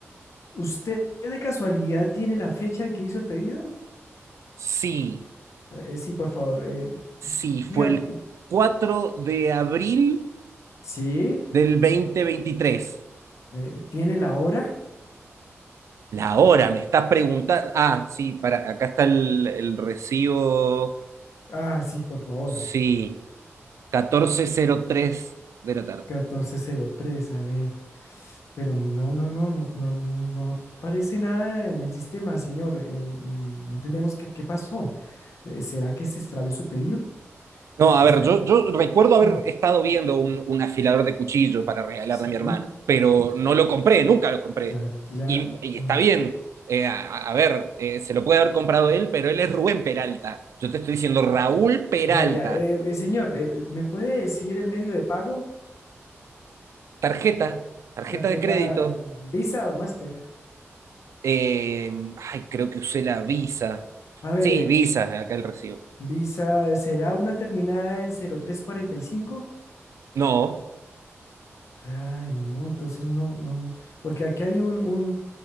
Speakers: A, on the left; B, on the right.
A: ¿usted de casualidad tiene la fecha en que hizo el pedido?
B: Sí,
A: Eh, sí, por favor, eh,
B: sí,
A: dígame,
B: fue el cuatro de abril
A: sí,
B: del dos mil veintitrés.
A: eh, ¿tiene la hora?
B: La hora, me estás preguntando. Ah, sí, para, acá está el, el recibo.
A: Ah, sí, por favor,
B: Sí, catorce cero tres de la tarde.
A: Catorce cero tres. a ver, pero no, no, no, no, no, no aparece nada en el sistema, señor, eh, no, no entendemos qué, qué pasó, Eh, ¿será que se extravió su pedido?
B: No,
A: Espera,
B: a ver, yo, yo recuerdo haber
A: <clears throat>
B: estado viendo un, un afilador de cuchillo para regalarle
A: sí,
B: a mi hermano, pero no lo compré, nunca lo compré.
A: ya, ya.
B: Y, y
A: mm,
B: está bien. Eh, a, a ver, eh, se lo puede haber comprado él, pero él es Rubén Peralta. Yo te estoy diciendo Raúl Peralta.
A: Ya, ya. Eh, eh, señor, eh, ¿me puede decir el medio de pago?
B: Tarjeta, tarjeta
A: ¿Tarjeta
B: de crédito.
A: eh, Visa o Master?
B: Eh, ay, creo que usé la Visa.
A: A ver,
B: Sí,
A: eh,
B: Visa, acá el recibo.
A: Visa, ¿será una terminada en cero tres cuarenta y cinco?
B: No,
A: Ay, no, entonces no, no. Porque aquí hay un, un,